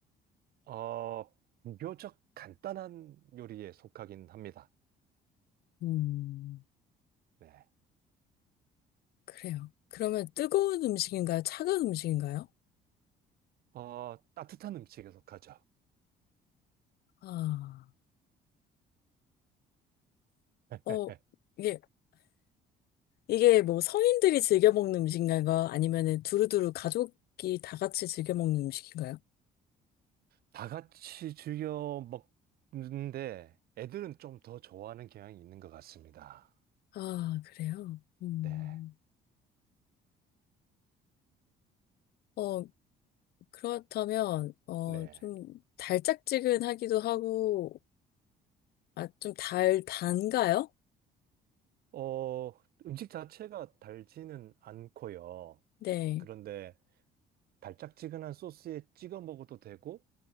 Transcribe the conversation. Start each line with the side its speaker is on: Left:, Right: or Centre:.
Right: 어, 비교적 간단한 요리에 속하긴 합니다.
Left: 음,
Right: 네.
Left: 그래요. 그러면 뜨거운 음식인가요? 차가운 음식인가요?
Right: 어, 따뜻한 음식에 속하죠.
Left: 아,
Right: <laughs>
Left: 어, 이게, 이게 뭐 성인들이 즐겨 먹는 음식인가요? 아니면은 두루두루 가족이 다 같이 즐겨 먹는 음식인가요?
Right: 다 같이 즐겨 먹는데 애들은 좀 더 좋아하는 경향이 있는 것 같습니다.
Left: 아, 그래요? 음,
Right: 네.
Left: 어, 그렇다면, 어,
Right: 네.
Left: 좀 달짝지근하기도 하고, 아, 좀 달, 단가요?
Right: 어, 음식 자체가 달지는 않고요.
Left: 네.
Right: 그런데 달짝지근한 소스에 찍어 먹어도 되고